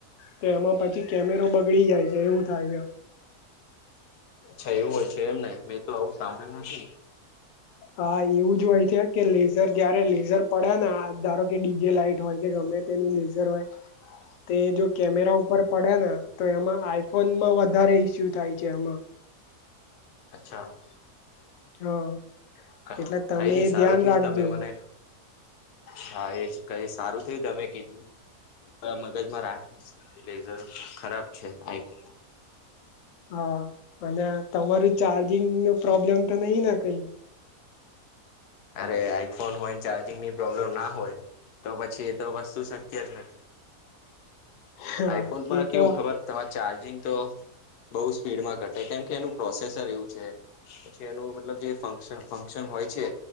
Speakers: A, on the left (about 65°); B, on the left (about 80°).
A: તો એમાં પછી કેમેરો બગડી જાય છે એવું થાય છે.
B: અચ્છા, એવું હોય છે એમને મેં તો આવું સાંભળ્યું નથી.
A: હા, એવું જ હોય છે કે લેઝર જયારે લેઝર પડે ને ધારો કે ડીજે લાઈટ હોય કે ગમે તેની લેઝર હોય.
B: <unintelligible>
A: તે જો કેમેરા ઉપર પડ્યા ને તો એમાં આઈફોનમાં વધારે ઈસ્યુ થાય છે એમાં.
B: અચ્છા.
A: હા,
B: કઈ
A: એટલે તમે
B: નઈ
A: એ
B: સારું
A: ધ્યાન
B: થયું
A: રાખજો.
B: તમે મને હા, એજ કઈ સારું થયું તમે કીધું. મગજમાં રાખીશ લેઝર ખરાબ છે આઈફોનમાં.
A: હા, અને તમારું ચાર્જિંગનો પ્રોબ્લેમ તો નહીને કઈ.
B: અરે, આઈફોન હોયને ચાર્જિંગની પ્રોબ્લેમ ના હોય તો પછી એતો વસ્તુ શક્ય જ નથી.
A: હા
B: આઈફોનમાં
A: એ તો
B: કેવું ખબર. તમારે ચાર્જિંગ તો બહુ સ્પીડમાં ઘટે કેમકે એનું પ્રોસેસર એવું છે. પછી એનો મતલબ જે ફંકશન ફંક્શન હોય છે.